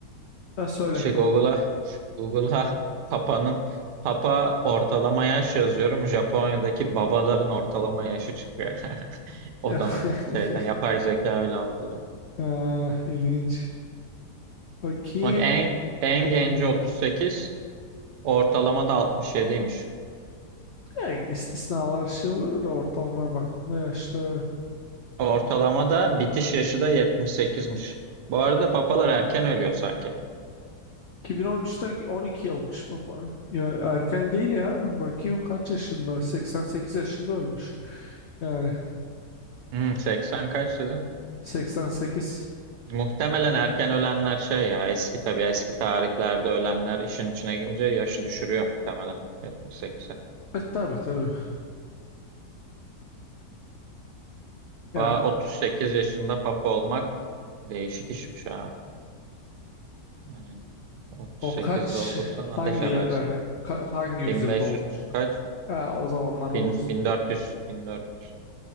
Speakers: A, on the left; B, on the right.
A: ha, söyle.
B: şey Google'a <laughs> Google'a Papa'nın Papa ortalama yaş yazıyorum. Japonya'daki babaların ortalama yaşı çıkıyor. <laughs> Otomatik
A: <laughs>
B: şeyden yapay zeka öyle algılıyor.
A: Ee, ilginç. Bakayım.
B: Bak en en genci 38, ortalama da 67'ymiş.
A: Ya, istisnalar şey oluyordur da ortalamaya baktığında yaşlı.
B: Ortalama da bitiş yaşı da 78'miş. Bu arada papalar erken ölüyor sanki.
A: 2013'ten 12 yılmış baba. Ya erken değil ya. Bakayım kaç yaşında? 88 yaşında ölmüş. Yani
B: Hmm, 80 kaç dedin?
A: 88.
B: Muhtemelen erken ölenler şey ya eski tabii eski tarihlerde ölenler işin içine girince yaşı düşürüyor muhtemelen 78'e.
A: E tabii tabii. Yani
B: Aa, 38 yaşında papa olmak değişik işmiş ha. Yani 38'de
A: o kaç
B: olursan
A: hangi
B: ateş edersin.
A: yani ka- hangi yüzyılda
B: 1500
A: olmuş?
B: kaç?
A: Ya, o zamanlar olursun.
B: Bin- 1400 1400.